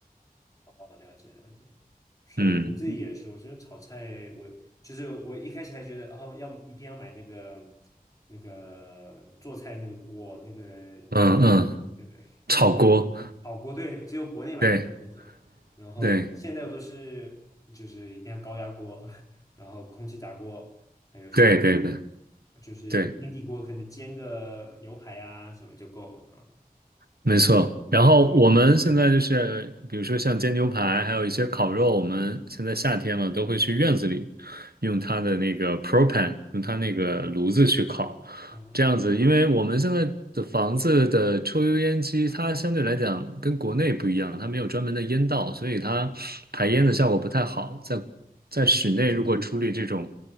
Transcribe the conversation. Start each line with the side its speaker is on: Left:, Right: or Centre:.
Left: 哦，了解了解，是我自己也是，
Right: 嗯
Left: 我觉得炒菜，我就是我一开始还觉得，哦，要一定要买那个那个做菜那个锅，那个一
Right: 嗯嗯，
Left: 那个就
Right: 炒锅，
Left: 好锅，对，只有国内买的那种。
Right: 对
Left: 然后现在我都是就是一定要高压锅，
Right: 对
Left: 然后空气炸锅，还有什么
Right: 对对对
Left: 就是一个平底锅，
Right: 对。
Left: 可能煎个牛排啊什么就够了啊。
Right: 没错，然后我们现在就是，比如说像煎牛排，还有一些烤肉，我们现在夏天了，都会去院子里用它的那个 propane，用它那个炉子去烤，
Left: 嗯
Right: 这样子，因为我们现在的房子的抽油烟机，它相对来讲跟国内不一样，它没有专门的烟道，所以它排烟的效果不太好。在在室内，
Left: 嗯，
Right: 如果处理这种